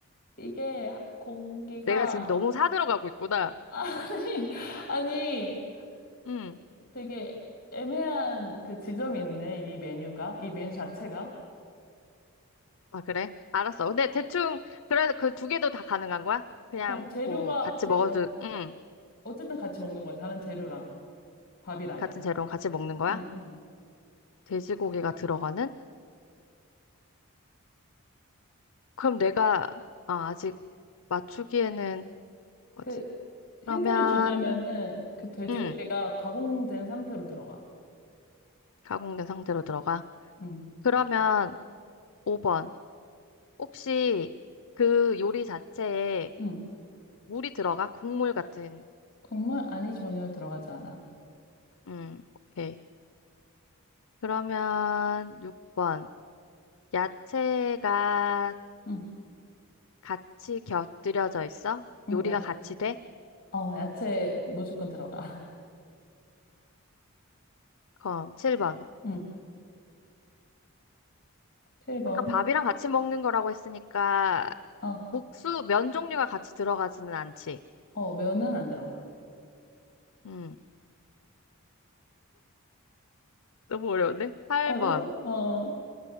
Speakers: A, on the left; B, on the left.
A: 이게 하- 공기가,
B: 내가 지금 너무 사들어 가고 있구나.
A: <laughs> 아니, 아니,
B: 응.
A: 되게 애매한 그 지점이 있네. 이 메뉴가. 이 메뉴 자체가.
B: 아, 그래? 알았어. 근데
A: 어,
B: 대충 그래서 그 두 개도 다 가능한 거야? 그냥
A: 어, 재료가,
B: 뭐 같이
A: 재,
B: 먹어도
A: 어, 어.
B: 응.
A: 어쨌든 같이 먹는 거야. 다른 재료랑, 밥이랑.
B: 같은 재료랑 같이 먹는 거야?
A: 응, 응.
B: 돼지고기가 들어가는? 그럼 내가 아, 아직 맞추기에는 뭐지?
A: 그, 힌트를
B: 그러면
A: 주자면은, 그 돼지고기가
B: 응.
A: 가공된 상태로 들어가.
B: 가공된 상태로 들어가.
A: 응,
B: 그러면 5번. 혹시 그 요리 자체에
A: 응.
B: 물이 들어가? 국물 같은.
A: 국물? 아니, 전혀 들어가지 않아.
B: 음, 오케이. 그러면 6번. 야채가
A: 응,
B: 같이 곁들여져 있어?
A: 응,
B: 요리가
A: 야,
B: 같이 돼?
A: 어, 야채 무조건 들어가. <laughs>
B: 그럼 7번.
A: 응, 7번.
B: 아까 밥이랑 같이 먹는 거라고 했으니까
A: 어,
B: 국수, 면 종류가 같이 들어가지는 않지.
A: 어, 면은 안 들어가.
B: 음, 너무 어려운데? 8번.
A: 어려워? 어,